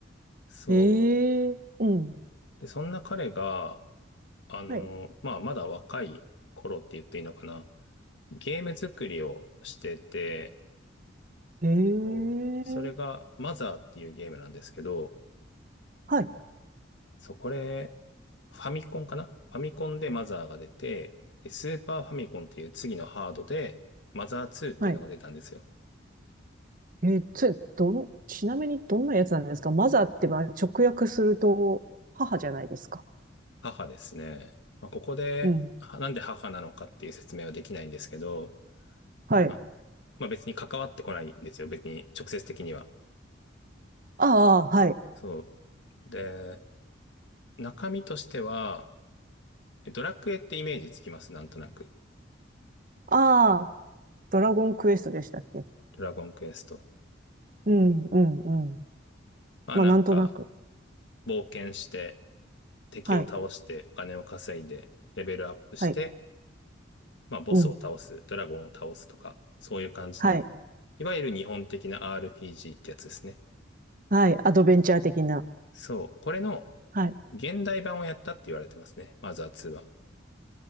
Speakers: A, on the left; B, on the right.
A: そう。
B: ええうん。
A: で、そんな彼が、あの、
B: はい。
A: まあ、まだ若い頃って言っていいのかな。ゲーム作りをしてて、
B: ええ
A: そう。それが、マザーっていうゲームなんですけど、
B: はい。
A: そう、これ、ファミコンかなファミコンでマザーが出て、でスーパーファミコンっていう次のハードで、マザー2っていうのが出たんですよ。
B: はい。えー、それ、どん、ちなみにどんなやつなんですかマザーって、まあ、直訳すると、母じゃないですか。
A: 母ですね。まあ、ここで、
B: うん。
A: はなんで母なのかっていう説明はできないんですけど、
B: はい。
A: あのまあ別に関わってこないんですよ。別に直接的には。
B: ああ、はい。
A: そう。で、中身としては、ドラクエってイメージつきます。なんとなく。
B: ああ、ドラゴンクエストでしたっけ
A: ドラゴンクエスト。
B: うん、うん、うん。
A: まあなんか、
B: まあ、なんとなく。
A: 冒険して、敵を倒して、
B: はい。
A: お金を稼いで、レベルアップして、
B: はい。
A: まあボスを倒す、
B: うん。
A: ドラゴンを倒すとか、そういう感じの、
B: はい。
A: いわゆる日本的な RPG ってやつですね。
B: はい。アドベンチャー的な。
A: そう。これの、
B: はい。
A: 現代版をやったって言われてますね。マザー2は。